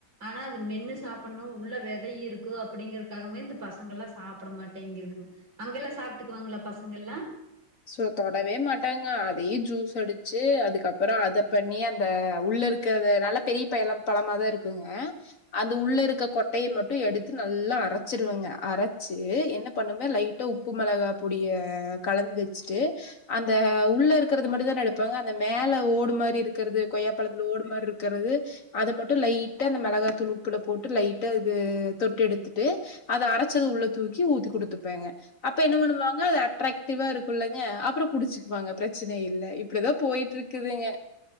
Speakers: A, on the right; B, on the left.
A: ஆனா அது மென்னு சாப்பிடணு உள்ள விதை இருக்கு அப்படிங்கறக்காகவே இந்த பசங்கள்லா சாப்பிட மாட்டேங்குதுங்க அங்கெல்லா சாப்பிட்டுக்குவாங்களா பசங்கள்லா
B: சோ தொடவே மாட்டாங்க அதையு ஜூஸ் அடிச்சு அதுக்கப்புற அத பண்ணி அந்த உள்ள இருக்கரத நல்லா பெரிய பய பழமாதா இருக்குங்க அந்த உள்ள இருக்க கொட்டைய மட்டும் எடுத்து நல்லா அரைச்சிருவங்க அரைச்சு என்ன பண்ணுவ லைட்டா உப்பு மிளகா பொடிய கலந்து சிட்டு அந்த உள்ள இருக்குறது மட்டுந்தானே எடுப்பாங்க அந்த மேல ஓடு மாரி இருக்குறது கொய்யாப்பழத்துல ஓடு மாரி இருக்குறது அது மட்டு லைட்டா அந்த மிளகாதூள் உப்புல போட்டு லைட்டா இது தொட்டு எடுத்துட்டு அத அரைச்சது உள்ள தூக்கி ஊத்தி குடுத்துப்பேங்க அப்ப என்ன பண்ணுவாங்க அட்றாக்ட்டிவ்வாருக் க்குள்ளங்க அப்புற குடிச்சுக்குவாங்க பிரச்சன இல்ல இப்டிதா போயிட்டு இருக்குதுங்க